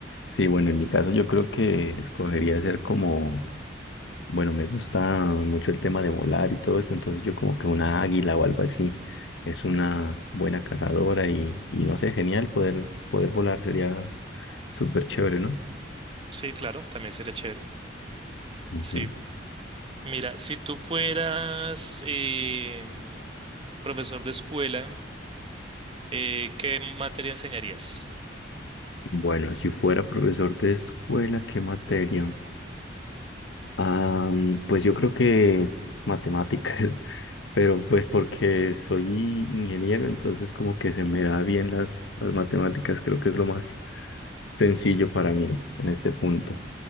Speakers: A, on the left (about 75°); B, on the right (about 30°).
A: Sí, bueno, en mi caso yo creo que escogería ser como, bueno, me gusta mucho el tema de volar y todo eso, entonces yo como que una águila o algo así es una buena cazadora y, y no sé, genial poder, poder volar, sería súper chévere, ¿no?
B: Sí, claro, también sería chévere.
A: Ujú.
B: Sí. Mira, si tú fueras em, profesor de escuela, eh, ¿qué materia enseñarías?
A: Bueno, si fuera profesor de escuela, ¿qué materia? Ah, mm, pues yo creo que matemáticas, <laughs> pero pues porque soy ingeniero, entonces como que se me da bien las, las matemáticas, creo que es lo más sencillo para mí en este punto,